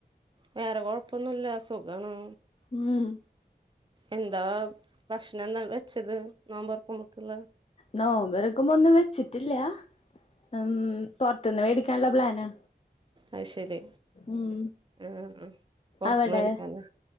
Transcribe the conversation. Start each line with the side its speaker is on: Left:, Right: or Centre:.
Right: വേറെ കൊഴപ്പൊന്നുല്ല സുഖാണ്.
Left: ഉം
Right: എന്താ ഭക്ഷണെന്താ വെച്ചത് നോമ്പറ്‌ക്കുമ്പക്ക്‌ള്ളെ
Left: നോമ്പ തൊറക്കുമ്പോ ഒന്നും വെച്ചിട്ടില്ല ഉം. പൊറ് ത്ത്ന്ന് മേടിക്കാൻള്ള പ്ലാനാ.
Right: അയ് ശരി
Left: ഉം
Right: ഉം ഉം പൊറത്ത്ന്ന്
Left: അവിടെ
Right: മേടിക്കാൻല്ലെ